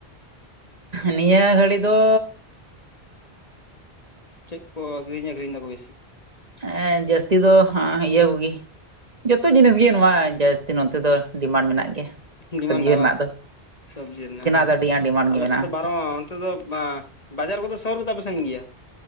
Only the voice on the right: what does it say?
ᱱᱤᱭᱟᱹ ᱜᱷᱟᱹᱲᱤ ᱫᱚ
ᱦᱮᱸ ᱡᱟᱹᱥᱛᱤ ᱫᱚ ᱤᱭᱟᱹ ᱠᱚᱜᱮ ᱡᱚᱛᱚ ᱡᱤᱱᱤᱥ ᱜᱮ ᱱᱚᱣᱟ ᱡᱟᱹᱥᱛᱤ ᱱᱚᱛᱮ ᱫᱚ ᱰᱤᱢᱟᱱᱰ ᱢᱮᱱᱟᱜ ᱜᱮᱭᱟ
ᱥᱚᱵᱽᱡᱤ
ᱨᱮᱱᱟᱜ
ᱫᱚ
ᱫᱚ ᱟᱹᱰᱤ ᱜᱟᱱ ᱰᱤᱢᱟᱱᱰ
ᱜᱮ ᱢᱮᱱᱟᱜᱼᱟ